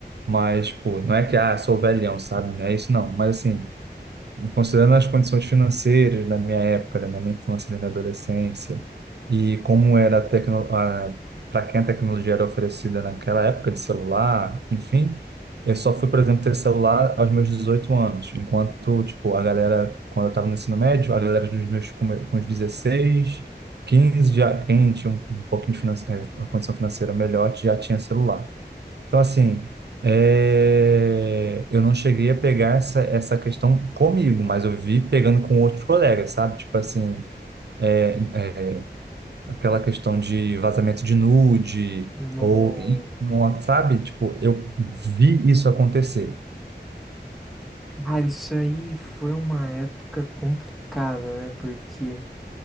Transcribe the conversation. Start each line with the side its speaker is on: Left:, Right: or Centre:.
Right: Mas, pô, não é que, ah, sou velhão, sabe? Não é isso, não. Mas, assim, considerando as condições financeiras da minha época, né, da minha infância, da minha adolescência, e como era a tecno... para quem a tecnologia era oferecida naquela época de celular, enfim, eu só fui, por exemplo, ter celular aos meus 18 anos, enquanto, tipo, a galera, quando eu estava no ensino médio, a galera dos meus com me- com os 16, 15, já, quem tinha um um pouquinho de finan... eh, uma condição financeira melhor, já tinha celular. Então, assim, é, eu não cheguei a pegar essa, essa questão comigo, mas eu vi pegando com outros colegas, sabe? Tipo assim, é, é, aquela questão de vazamento de nude,
Centre: Não.
Right: ou, e- não- sabe? Tipo, eu vi isso acontecer.
Centre: Cara, isso aí foi uma época complicada, né? Porque